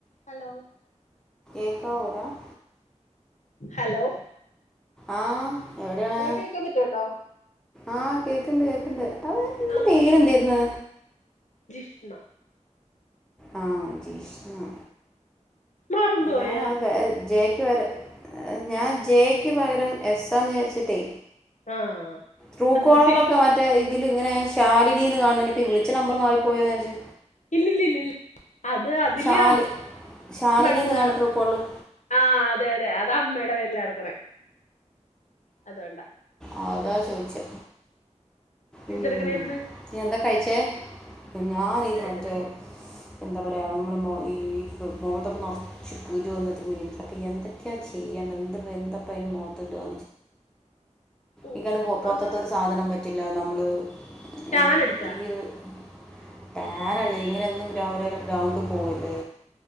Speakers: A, on the left (about 75°); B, in the centre.
A: Hello?
B: ക്കാപറ. <unintelligible>
A: Hello.
B: ആ എവിടാണ്
A: hello കേക്കാൻ പറ്റുന്നുണ്ടോ
B: ആ കേക്കണ്ട് കേക്കണ്ട് അവ ന്റെ
A: ആഹ്
B: പേര്ന്തായിരുന്ന്?
A: ജിഷ്ണ.
B: ആ ജീഷ്ണ
A: മറന്നുപോയാ
B: ഞാനാത് വേ ജെ യ്ക്ക് പരം ഞാൻ ജെ യ്ക്ക് പകരം എസ്സാന്ന് വിചാരിച്ചിട്ടേ.
A: ആഹ്
B: തൂക്കവറിലൊക്കെ
A: അത് സിഷ്
B: മറ്റേ ഈ ഇതിലിങ്ങനെ ശാലിനീന്ന് കാണ് നിപ്പ വിളിച്ച നമ്പർ മാറിപ്പോയോന്നാരിച്ച്.
A: ഇല്ലില്ലില്ലില്ല അത് അതില്
B: ശാലി
A: അമ്മേടെ
B: ശാലിനി എന്ന്
A: പടം
B: കാണുന്നു ട്രൂ കോളിൽ
A: ആ അതെ അതെ അതമ്മേടെ പേരില കെടക്കണേ. അത്കൊണ്ടാ.
B: ആ അതാ ചോയിച്ചേ ഉം
A: എന്തെടുക്കണായിരുന്നു
B: ന്ന എന്താ കഴിച്ചേ? ഞാനിത്
A: എടാ
B: മറ്റേ
A: ഇവിടാ
B: എന്താ പറയ മ്മള് മൊ ഈ മൊഖത്തൊക്കെ നറച്ച് കുരു വന്നിട്ട് <unintelligible> എന്തൊക്കെയാ ചെയ്യാ. എന്ത എന്ത്പ്പ എന്താപ്പാ അയിന് മോനഖത്തിടുവാ?
A: ഓ
B: ഇക്കാനും പോറത്തൊത്തൊരു
A: എന്താ
B: സാധനം പറ്റില്ല നമ്മള്
A: ടാൻ
B: ഏ <unintelligible>
A: അടിച്ചാ
B: ഇങ്ങനൊന്നും രാവിലെ ഗ്രൗണ്ടിൽ പോവല്ലേ.